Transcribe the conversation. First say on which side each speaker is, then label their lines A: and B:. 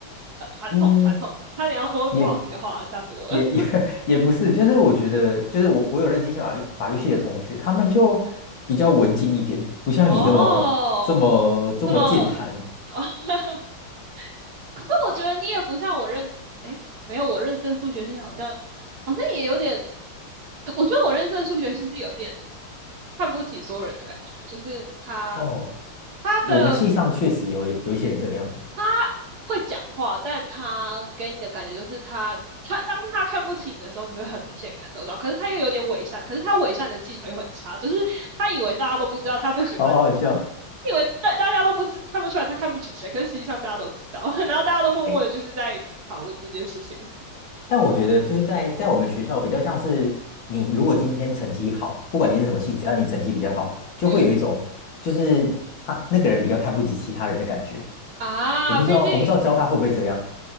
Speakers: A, on the right (about 60°); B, on the left (about 70°).
A: 呃传统传统，
B: 嗯，
A: 差点要说不好听的话了，
B: 也
A: 吓死我了。
B: 也也
A: <laughs>
B: <laughs> 也不是，就是我觉得，就是我我有认识一些法律法律系的同学，他们就比较文静一点，不像你这么这么这么健谈。
A: 哦，那么，哦 <laughs>，可是我觉得你也不像我认，诶，没有我认识的数学系好像好像也有点，我觉得我认识的数学系是有一点看不起所有人的感觉，就是他
B: 哦，
A: 他的
B: 我们系上确实有有一些人这样，
A: 他会讲话，但他给你的感觉就是他他当他看不起你的时候，你会很明显感受到。可是他又有点伪善，可是他伪善的技巧又很差，就是他以为大家都不知道他不喜欢，
B: <laughs> 好好笑。
A: 以为大大家都不知看不出来他看不起谁，可是实际上大家都知道，<laughs> 然后大家都默默的就是在讨论这件事情。
B: 哎但我觉得就是在在我们学校比较像是你如果今天成绩好，不管你是什么系，只要你成绩比较好，就会有一种就是他那个人比较看不起其他人的感觉。
A: 嗯啊，
B: 我不知道我不知道交大会不会这样
A: 毕竟。